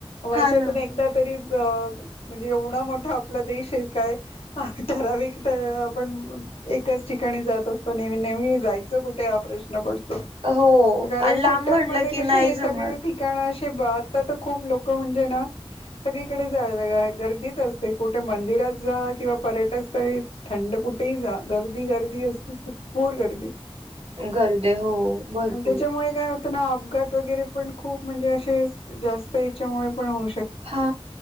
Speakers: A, on the left (about 75°); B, on the right (about 75°).
A: वर्षातून
B: हा ना
A: एकदा तरी- अ म्हणजे एवढा मोठा आपला देश आहे काय ठराविक आपण- एकाच ठिकाणी जात असतो नेहमी- नेहमी जायचं कुठे हा प्रश्न पडतो.
B: हो
A: कारण
B: आणि
A: सुट्ट्या
B: लांब म्हणलं
A: मध्ये
B: की
A: कशे
B: नाही
A: हे
B: जमत
A: सगळे ठिकाण अशीच आशे- आता तर खूप लोक म्हणजे ना-.. सगळीकडे जायला गर्दीच असते कुठे मंदिरात जा किंवा पर्यटन स्थळी थंड ठिकाणी- कुठेही जा गर्दी गर्दी असते भरपूर गर्दीच-
B: गर्दी हो भरपूर
A: आणि त्याच्यामुळे काय होतं ना- अपघात वगैरे पण खूप म्हणजे असे जास्त याच्यामुळे पण होऊ शकते.
B: हा